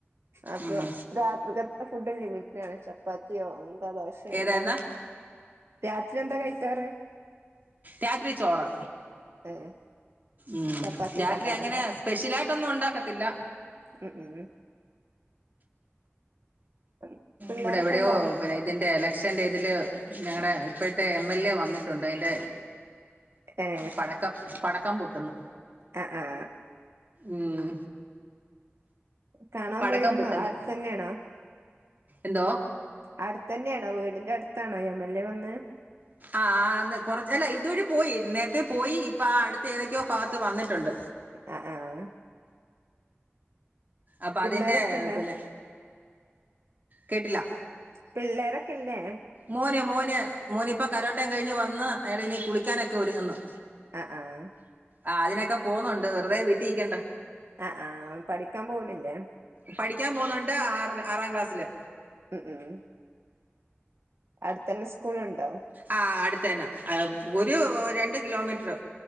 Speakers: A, on the right (about 70°); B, on the right (about 40°).
A: അപ്പൊ
B: ഉം
A: രാത്രികത്തെ ഫുഡ് ലിമിറ്റണ്ചൊ പ്പാത്തിയോ എന്താ ദോശ
B: ഏതായിരുന്ന
A: എന്താ രാത്രി എന്താ കഴിക്കാറ്.
B: രാത്രി ചോറ്
A: ഏ
B: ഉം
A: ചപ്പാത്തി
B: രാത്രി
A: ഉണ്ടാക്കാറുണ്ടാ
B: അങ്ങനെ സ് പെഷ്യലായിട്ടൊന്നും ഉണ്ടാക്കത്തില്ല.
A: ഉം ഉം ഉം ഉം പിള്ളേരൊക്കെ
B: ഇവിടെ എവിടെയോ
A: ഉണ്ടോ
B: പിന്നെ ഇതിന്റെ എല ക്ഷന്റെ ഇതില് ഞങ്ങടെ ഇപ്പഴത്തെ എം എൽ എ വന്നിട്ടുണ്ട് അയ്ന്റെ.
A: ഏ
B: പടക്കം പടക്കം പൊട്ടുന്നു
A: ആ ആ
B: ഉം.
A: കാണാൻ
B: പടക്കം
A: പോയിരുന്നോ
B: പൊട്ട്ന്ന്
A: അടുത്തന്നെയാണോ
B: എന്തോ.
A: അടുത്തന്നെയാണോ വീടിന്റെ അടുത്താണോ എം എൽ എ വന്ന്.
B: ആഹ് ആഹ് അന്ന് കുറച്ചല്ല ഇതുവഴി പോയി നേരത്തെ പോയി ഇപ്പ ആ അടുത്ത ഏതൊക്കെയോ ഭാഗത്ത് വന്നിട്ടുണ്ട്.
A: അഹ് ആഹ്.
B: അപ്പം
A: പിള്ളേരൊക്കെല്ലേ
B: അതിൻ്റെ പിന്നെ കേട്ടില്ല.
A: പിള്ളേരൊക്കെല്ലേ.
B: മോന് മോന് മോന് ഇപ്പ കരോട്ടയും കഴിഞ്ഞ് വന്ന് അയാൾ ഇനി കുളിക്കാനൊക്കെ ഒരുങ്ങുന്നു.
A: അഹ് ആഹ്.
B: ആഹ് അതിനൊക്കെ പോഉന്നുണ്ട് വെറുതെ വീട്ടിക്കണ്ട.
A: അഹ് ആഹ് പഠിക്കാൻ പോണില്ലേ.
B: പഠിക്കാൻ പോകുന്നുണ്ട് ആറ്ല് ആറാം ക്ലാസ്സില്.
A: ഉം ഉം അടുത്തന്നെ സ്കൂളുണ്ടോ?
B: ആഹ് അടുത്തേന്ന ഒരു രണ്ട് കിലോമീറ്ററ്